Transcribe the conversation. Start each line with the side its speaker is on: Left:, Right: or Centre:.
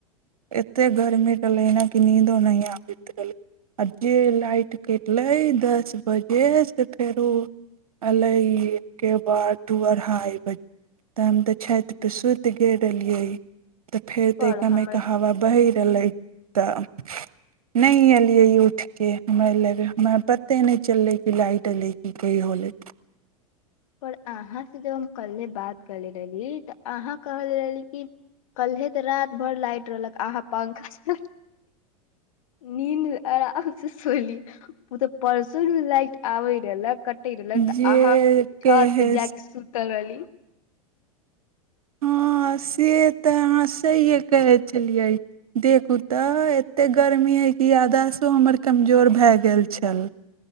Right: एते गर्मी रहलैन कि नीदो नहि आबैत रहलै आ जे लाइट कटले दस बजे से फेरो एले एकके बार दढ़ाई तन तऽ छति पसुत गर रहलियै तऽ फेर
Left: पर
Right: तऽ कामेके
Left: हमरा
Right: हवा बह रहले तऽ नहि अयलियै ई उठिके हमरा लए हमरा पते नहि चललै कि लाइट एलै कि की होलै
Left: पर अहाँ से जब हम कल्हे बात करले रहली तऽ अहाँ कहले रहली कि कल्हे तऽ रात भर लाइट रहलक अहाँ पंखा नीन्द आराम से सोली ओ तऽ परसो लाइट आबे रहलक रल त
Right: जे
Left: आहा छत
Right: कहै
Left: पे जााक सुूत कलवी
Right: हँ से तऽ अहाँ सहिए कहै छलियै देखू तऽ एतेक गर्मी हइ कि आधासो हमर कमजोर भए गेल छल